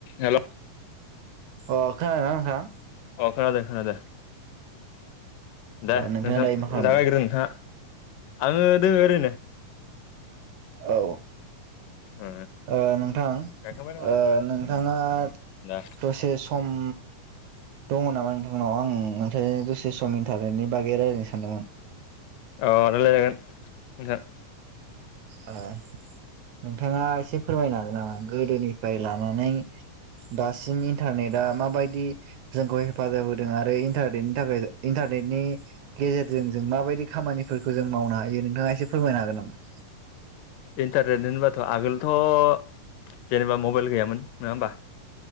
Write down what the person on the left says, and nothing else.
हेल'
अ खोनादों खोनादों दे
नोंथां
जागायग्रो नोंथाङा आङो दोङ ओरैनो
ओ
गायखांबाय
नामा
दे
अ रायलायजागोन नोंथां
इन्टारनेट होनबाथ' आगोलथ' जेनेबा मबाइल गैयामोन नङा होमबा